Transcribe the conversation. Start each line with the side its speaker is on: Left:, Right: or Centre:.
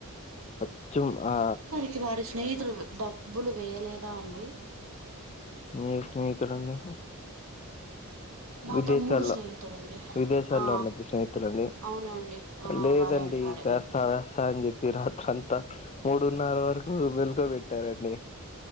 Left: అచ్చం ఆ
Right: చి వారి స్నేహితులు డబ్బులు వేయలేదా అండి
Left: నీ స్నేహితులండి
Right: మా
Left: విదేశాల్లో
Right: తమ్ముడు స్నేహితుడండి
Left: విదేశాల్లో
Right: ఆ
Left: ఉన్నది స్నేహితులండి
Right: అవునండి ఆ
Left: లేదండి
Right: వారే అండి వారే
Left: ఇక సరే స అని చెప్పి రాత్రంతా మూడున్నర వరకు మేలుకో పెట్టారండి